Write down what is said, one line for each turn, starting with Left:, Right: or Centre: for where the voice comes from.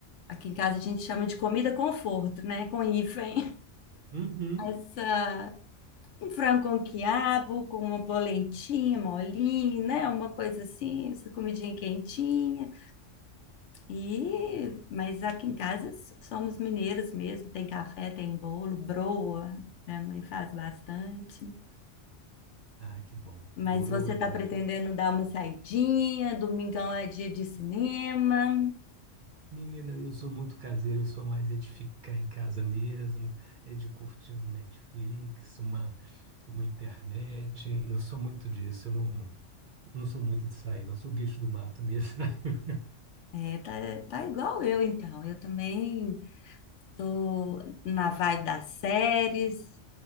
Left: Aqui em casa a gente chama de comida conforto, né? Com hífen.
Right: Uhum.
Left: <laughs> Essa, um frango com quiabo, com uma polentinha, molinho, né? Uma coisa assim, essa comidinha quentinha. E, mas aqui em casa s- somos mineiros mesmo, tem café, tem bolo, broa, minha mãe faz bastante.
Right: Ah, que bom.
Left: Mas
Right: Borô
Left: você
Right: é
Left: está
Right: boa
Left: pretendendo
Right: demais.
Left: dar uma saidinha, domingão é dia de cinema.
Right: Menina, eu sou muito caseiro, eu sou mais é de ficar em casa mesmo, é de curtir um Netflix, uma, uma internet. Eu sou muito disso, eu não, não sou muito de sair, não sou bicho do mato mesmo. <laughs>
Left: É, tá, tá igual eu então. Eu também tô na vibe das séries,